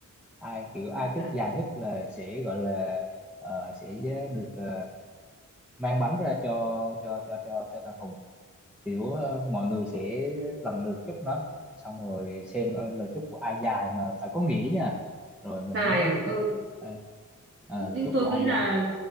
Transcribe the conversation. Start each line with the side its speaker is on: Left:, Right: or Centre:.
Centre: ai kiểu ai
Right: Dạ,
Centre: chúc dài nhất là sẽ gọi là ờ, sẽ ờ, được ờ, mang bánh ra cho cho cho cho cho thằng Hùng kiểu ờ, mọi người sẽ lần lượt chúc nó xong rồi xem ờ, lời chúc của ai dài mà phải có nghĩa nha rồi mình
Right: dài
Centre: mới
Right: à ừ,
Centre: ờ, ờ,
Right: nhưng
Centre: lời chúc
Right: tôi
Centre: của ai
Right: nghĩ là
Centre: dài